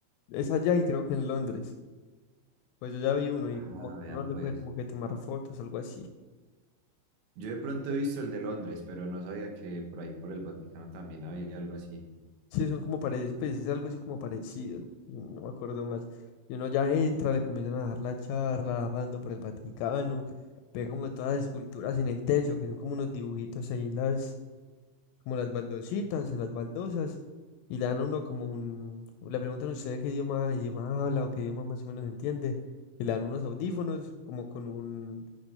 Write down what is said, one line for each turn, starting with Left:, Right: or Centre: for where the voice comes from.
Left: Es allá y creo que en Londres. Pues yo ya vi uno y
Right: Ah,
Left: como que
Right: vea,
Left: uno le
Right: pues.
Left: puede como que tomar fotos, algo así.
Right: Yo de pronto he visto el de Londres, pero no sabía que por ahí por el Vaticano también había algo así.
Left: Sí, son como parecidos, pues es algo así como parecido. mm, No me acuerdo más. Y uno ya entra, le comienzan a dar la charla, hablando por el Vaticano, ve como todas las esculturas en el techo, que son como unos dibujitos ahí en las, como las baldositas, en las baldosas, y le dan a uno como un, le preguntan a usted qué idioma, idioma habla o qué idioma más o menos entiende, y le dan unos audífonos, como con un